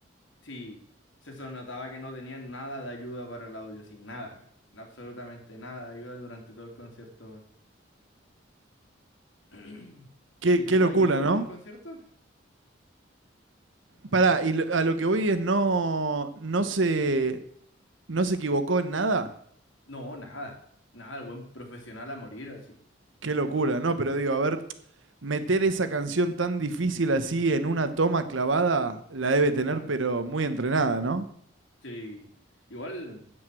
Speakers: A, on the left; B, on the right.
A: Sí, se so- notaba que no tenían nada de ayuda para el audio, sí, nada. Absolutamente nada de ayuda durante todo el concierto, weón. <clears throat>
B: Qué,
A: ¿Y
B: qué
A: tú
B: locura,
A: ayuda a algún
B: ¿no?
A: concierto?
B: Pará, y lo- a lo que voy es no, no se, no se equivocó en nada.
A: No, nada. Nada, el buen profesional a morir así.
B: Qué locura, no, pero digo, a ver, meter esa canción tan difícil así en una toma clavada, la debe tener,
A: Como,
B: pero muy entrenada, ¿no?
A: sí. Igual,